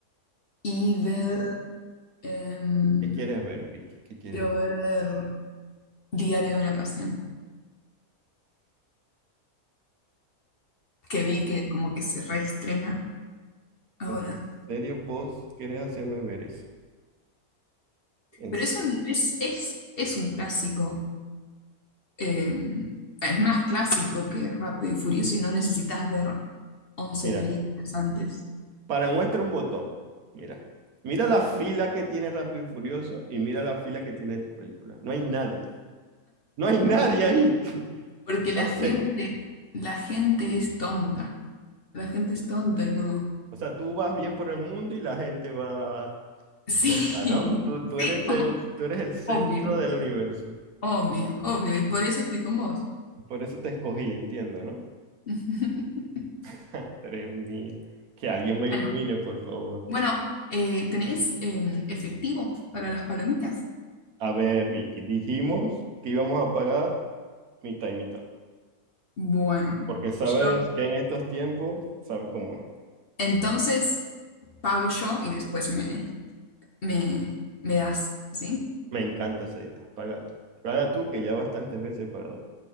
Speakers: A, on the left; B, on the right.
A: y ver Em,
B: ¿Qué quieres ver, Vicky? ¿Qué quieres?
A: quiero
B: ver?
A: ver Diario de una Pasión, que
B: O sea,
A: vi que como que se reestrena ahora.
B: ¿en serio vos querés hacerme ver eso? En
A: Pero
B: se-
A: es un, es, es, es un clásico. em, es más clásico que Rápido y Furioso y no necesitas ver 11
B: Mira,
A: películas antes.
B: Para muestra un botón. Mira. Mira la fila que tiene Rápido y Furioso y mira la fila que tiene tu película. No hay nadie. No hay nadie ahí. <laughs>
A: Porque la
B: O
A: gente,
B: sea,
A: la gente es tonta. La gente es tonta y no.
B: o sea, tú vas bien por el mundo y la gente va
A: Sí,
B: loca, ¿no? Tú, tú
A: <laughs> sí,
B: eres el, tú eres el centro
A: obvio,
B: del universo.
A: obvio, obvio. Y por eso estoy con vos.
B: Y por eso te escogí, entiendo, ¿no?
A: <laughs>
B: <laughs> Madre mía. Que alguien me
A: Bueno.
B: ilumine, por favor.
A: Bueno, eh, ¿tenés em, efectivo para las palomitas?
B: A ver, Vicky, dijimos que íbamos a pagar mitad y mitad.
A: Bueno,
B: Porque sabes
A: yo
B: que en estos tiempos, sabes cómo es.
A: entonces pago yo y después me, me, me das, ¿sí?
B: Me encanta esa idea. Paga tú. Paga tú, que ya bastantes veces he pagado.